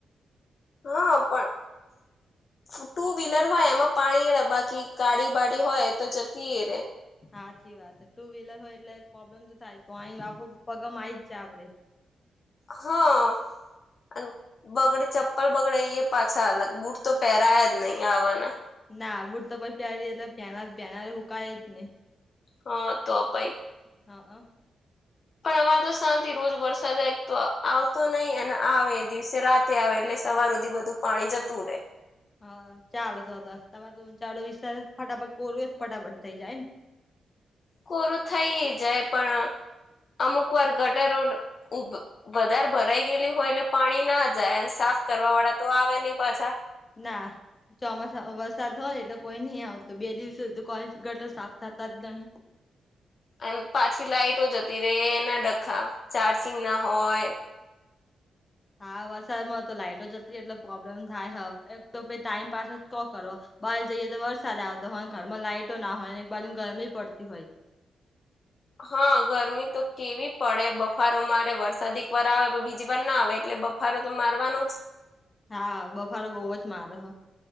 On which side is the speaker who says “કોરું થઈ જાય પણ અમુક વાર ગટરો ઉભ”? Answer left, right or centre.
Left